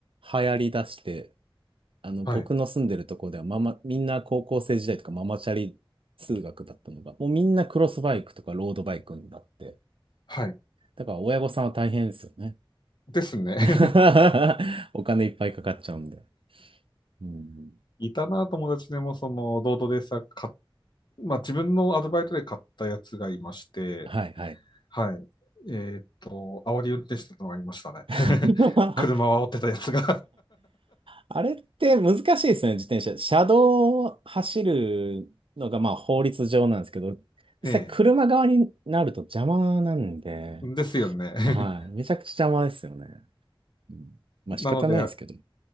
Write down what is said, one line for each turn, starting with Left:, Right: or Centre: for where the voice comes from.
Right: 流行り出して、あの、
Left: <laughs>
Right: 僕の住んでるところではママ、
Left: はい、
Right: みんな高校生時代とかママチャリ通学だったのが、もうみんなクロスバイクとかロードバイクになって、
Left: はい。
Right: だから親御さんは大変ですよね。
Left: ですね。
Right: <laughs> お金いっぱいかかっちゃうんで。うん、
Left: いたな、友達でも、その、ロードレーサー買っ、まあ、自分のアルバイトで買ったやつがいまして、
Right: はい、はい。
Left: はい。えーっと、煽り運転してたのがいましたね。
Right: <laughs>
Left: <laughs>
Right: <laughs>
Left: 車を煽ってたやつが
Right: あれって難しいですね、自転車。車道を走るのがまあ法律上なんですけど、
Left: <laughs>
Right: 実際車側になると邪魔なんで、
Left: ええ。ですよね。
Right: はい。めちゃくちゃ邪魔ですよね。うん、まあ仕方ないですけど。
Left: <laughs> なので、